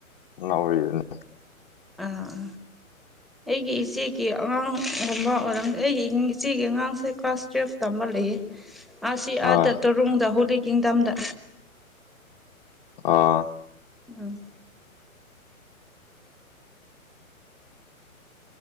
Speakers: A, on the left; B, in the centre.
A: ꯅꯧꯔꯤꯅꯦ
B: ꯑꯥꯥ ꯑꯩꯒꯤ ꯏꯆꯦ ꯀꯦ ꯑꯉꯥꯡꯒꯨꯝꯕ ꯑꯣꯏꯔꯝ ꯑꯩꯒꯤ ꯏꯕꯨꯡꯒꯤ ꯏꯆꯦꯒꯤ ꯑꯉꯥꯡꯁꯦ ꯀ꯭ꯂꯥꯁ ꯇꯨꯌꯦꯜꯐ ꯇꯝꯕ ꯂꯩ ꯃꯥꯁꯤ
A: ꯍꯣꯏ
B: ꯑꯥꯗ ꯇꯔꯨꯡꯗ ꯍꯣꯂꯤꯛ ꯀꯤꯡꯗꯝꯗ
A: ꯑꯥ
B: ꯎꯝ